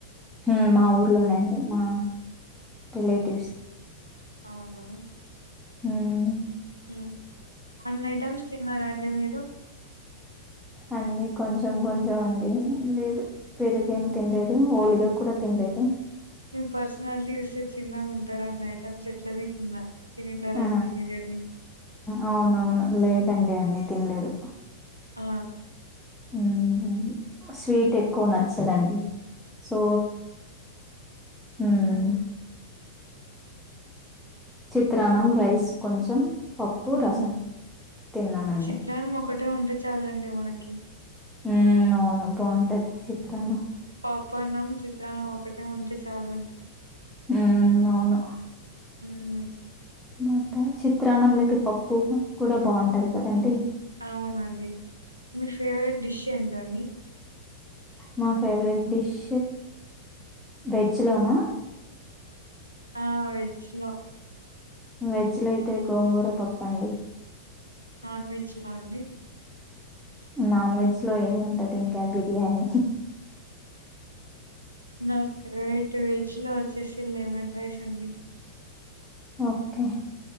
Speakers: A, in the centre; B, on the right.
A: హు మా ఊర్లోనే అండి మా రిలేటివ్స్
B: అవునా
A: ఉహ్
B: ఉ అన్ని ఐటమ్స్ తిన్నారా అండి మీరు
A: అన్ని కొంచెం కొంచెం అండి లేదు పెరుగేం తినలేదు హోలిగా కూడా తినలేదు
B: మీ పర్సనాలిటీ చూస్తే చిన్నగా ఉంటారు అన్ని ఐటెమ్స్ ఎట్లదిన్నర్ తినిండరండి
A: ఆ
B: మీరేమి
A: అవునవును లేదండి అన్ని తినలేదు
B: ఆ
A: ఉమ్ స్వీట్ ఎక్కువ నచ్చదండి సో ఉమ్
B: ఉ
A: చిత్రాన్నం రైస్ కొంచెం పప్పు
B: ఉమ్
A: రసం తిన్నానండి
B: చిత్రాన్నం ఒకటే ఉంటే చాలండి మనకి
A: ఉమ్ అవును బాగుంటది చిత్రాన్నం
B: పప్పన్నం చిత్రాన్నం ఒకటే ఉంటే చాలండి
A: ఉమ్ అవును
B: ఉమ్
A: మొత్తం చిత్రాన్నంలకి పప్పు కూడా బాగుంటది కదండి
B: అవునండి మీ ఫేవరెట్ డిష్ ఏంటండి
A: మా ఫేవరెట్ డిష్ వెజ్ లోనా
B: ఆ వెజ్ లో
A: వెజ్ లో అయితే గోంగూర పప్పండి
B: నాన్ వెజ్ లో అండి
A: నాన్ వెజ్ లో ఏముంటది ఇంకా బిర్యానీ
B: నా ఫేవరెట్ వెజ్ లో వచ్చేసి లేమన్ రైస్ అండి
A: ఓకే